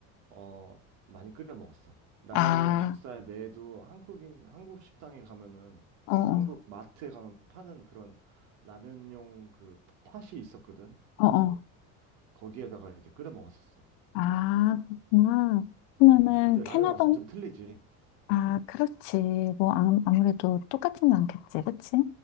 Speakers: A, on the right; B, on the left.
A: 어, 많이 끓여 먹었어. 라면은
B: 아,
A: 기숙사에 내도 한국인, 한국 식당에 가면은,
B: 어,
A: 어,
B: 어,
A: 한국 마트에 가면 파는 그런 라면용 그 팥이 있었거든.
B: 어, 어.
A: 그, 거기에다가 이제 끓여 먹었었어.
B: 아, 그렇구나. 그러면은
A: 음, 근데 라면
B: 캐나다,
A: 맛은 좀 틀리지.
B: 아, 그렇지. 뭐, 아, 아무래도 똑같진 않겠지, 그치?